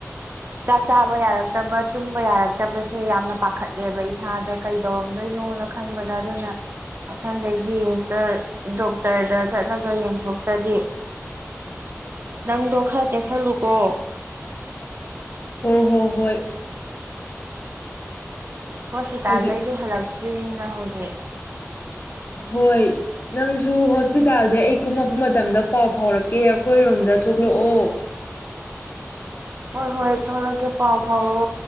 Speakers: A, on the right; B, on the left.
A: ꯆꯥꯛ ꯆꯥꯕ ꯌꯥꯔꯛꯇꯕ ꯇꯨꯝꯕ ꯌꯥꯔꯛꯇꯕꯁꯦ ꯌꯥꯝꯅ ꯄꯥꯈꯠꯂꯦꯕ ꯏꯁꯥꯗ ꯀꯩꯗꯧꯔꯝ ꯀꯩꯅꯣꯅ ꯈꯟꯕꯗ ꯑꯗꯨꯅ ꯃꯊꯪꯗꯩꯗꯤ ꯍꯦꯛꯇ ꯗꯣꯛꯇꯔꯗ ꯆꯠꯂꯒ ꯌꯦꯡꯊꯣꯛꯇ꯭ꯔꯗꯤ ꯅꯪꯗꯣ ꯈꯔ ꯆꯦꯛꯁꯜꯂꯨꯀꯣ꯫
B: ꯍꯣ ꯍꯣ ꯍꯣꯏ꯫
A: ꯍꯣꯁꯄꯤꯇꯥꯜꯗꯩꯖꯨ
B: ꯍꯧꯖꯤꯛ
A: ꯍꯜꯂꯛꯇ꯭ꯔꯤꯝꯅꯤꯅ ꯍꯧꯖꯤꯛ <inaudible>
B: ꯍꯣꯏ ꯅꯪꯖꯨ ꯍꯣꯁꯄꯤꯇꯥꯜꯗꯩ ꯑꯩ ꯀꯨꯝꯃꯛꯄ ꯃꯇꯝꯗ ꯄꯥꯎ ꯐꯥꯎꯔꯛꯀꯦ ꯑꯈꯣꯏꯔꯣꯝꯗ ꯊꯣꯛꯂꯛꯑꯣ꯫
A: ꯍꯣꯏ ꯍꯣꯏ ꯊꯣꯛꯂꯛꯀꯦ ꯄꯥꯎ ꯐꯥꯎꯔꯣ